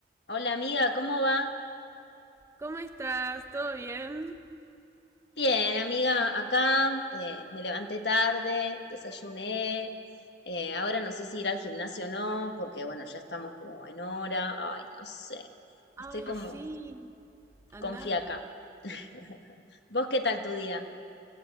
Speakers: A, on the left (about 70°); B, on the right (about 15°).
A: Hola amiga, ¿cómo va?
B: ¿Cómo estás? ¿Todo bien?
A: Bien, amiga, acá eh, me levanté tarde, desayuné, eh, ahora no sé si ir al gimnasio o no, porque bueno, ya estamos como en hora, ay, no sé,
B: Ay,
A: estoy como
B: sí. Anda.
A: con fiaca. <laughs> ¿Vos qué tal tu día?